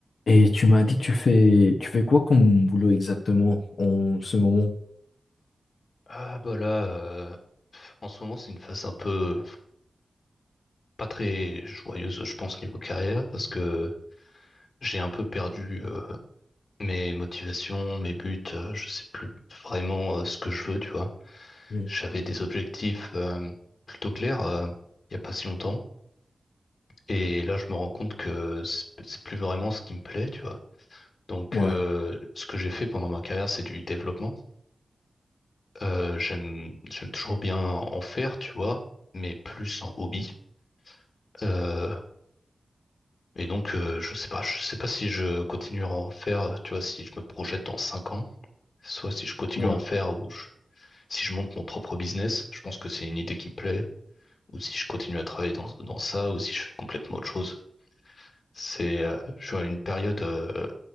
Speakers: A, on the left; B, on the left.
A: Et tu m'as dit que tu fais tu fais quoi comme boulot exactement en ce moment?
B: Ah bah là, euh, en ce moment c'est une phase un peu pas très joyeuse, je pense, niveau carrière, parce que j'ai un peu perdu euh, mes motivations, mes buts, euh, je sais plus vraiment euh, ce que je veux, tu vois.
A: Mm.
B: J'avais des objectifs euh, plutôt clairs euh, il y a pas si longtemps, et là je me rends compte que c'est c'est plus vraiment ce qui me plaît, tu vois. Donc
A: Ouais,
B: euh, ce que j'ai fait pendant ma carrière, c'est du développement. Euh, j'aime j'aime toujours bien en faire, tu vois, mais plus en hobby. Euh, Et donc, euh, je sais pas, je sais pas si je continue à en faire, tu vois, si je me projette dans cinq ans, soit si je continue
A: ouais,
B: à en faire ou je- si je monte mon propre business, je pense que c'est une idée qui me plaît, ou si je continue à travailler dans, dans ça, ou si je fais complètement autre chose. C'est, euh, je suis à une période euh,